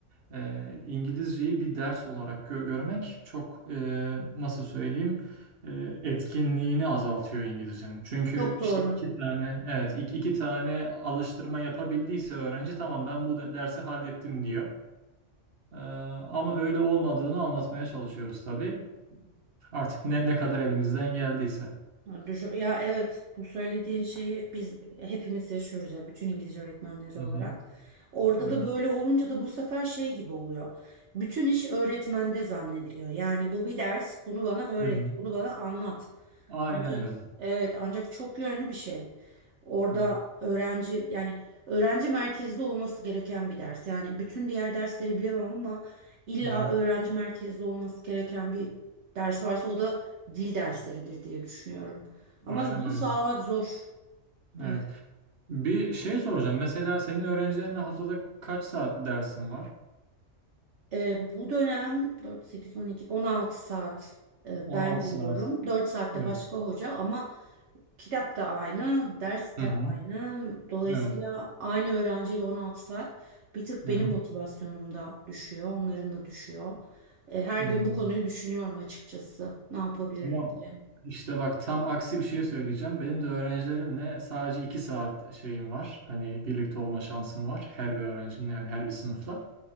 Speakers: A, on the right; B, on the right.
A: e, İngilizceyi bir ders olarak gö- görmek çok e, nasıl söyleyeyim e, etkinliğini azaltıyor İngilizcenin. Çünkü
B: Çok doğru.
A: işte iki tane evet ik- iki tane alıştırma yapabildiyse öğrenci tamam ben bu de- dersi hallettim diyor. E, ama öyle olmadığını anlatmaya çalışıyoruz tabii. Artık ne ne kadar elimizden geldiyse.
B: Düşün- Ya evet bu söylediğin şeyi biz hepimiz yaşıyoruz ya bütün İngilizce öğretmenleri
A: Hı
B: olarak.
A: hı.
B: Orada
A: Evet.
B: da böyle olunca da bu sefer şey gibi oluyor. Bütün iş öğretmende zannediliyor. Yani bu bir ders, bunu bana öğret,
A: Hı hı.
B: bunu bana anlat.
A: Aynen
B: Ancak
A: öyle.
B: evet ancak çok yönlü bir şey. Orada
A: Evet.
B: öğrenci yani öğrenci merkezli olması gereken bir ders. Yani bütün diğer dersleri bilemem ama illa
A: Hı hı.
B: öğrenci merkezli olması gereken bir ders varsa o da dil dersleridir diye düşünüyorum. Ama
A: Aynen
B: bunu
A: öyle.
B: sağlamak zor. Evet.
A: Evet. Bir şey soracağım. Mesela senin öğrencilerinle haftada kaç saat dersin var?
B: Ee, bu dönem 4, 8, 12, 16 saat e,
A: On
B: ben
A: altı
B: giriyorum.
A: saat.
B: 4 saatte
A: Evet.
B: başka hoca ama kitap da aynı, ders de
A: Hı hı.
B: aynı. Dolayısıyla
A: Evet.
B: aynı öğrenciyle 16 saat bir tık
A: Hı
B: benim
A: hı.
B: motivasyonum da düşüyor, onların da düşüyor. E, her
A: Hı.
B: gün bu konuyu düşünüyorum açıkçası. Ne yapabilirim
A: Ama
B: diye.
A: işte bak tam aksi bir şey söyleyeceğim. Benim de öğrencilerimle sadece iki saat şeyim var. Hani birlikte olma şansım var. Her bir öğrencimle yani her bir sınıfla.